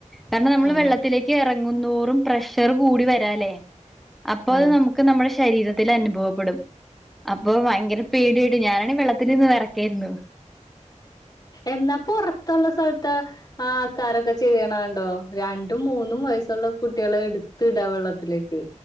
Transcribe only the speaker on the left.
ആഹ്
ആഹ്
എന്നാ പ്പോറത്തുള്ള സ്ഥലത്തോ ആഹ് ആൾക്കാരൊക്കെ ചെയ്യണണ്ടോ രണ്ടും മൂന്നും വയസ്സുള്ള കുട്ടിയാളെ എടുത്ത് ഇടാ വെള്ളത്തിലേക്ക്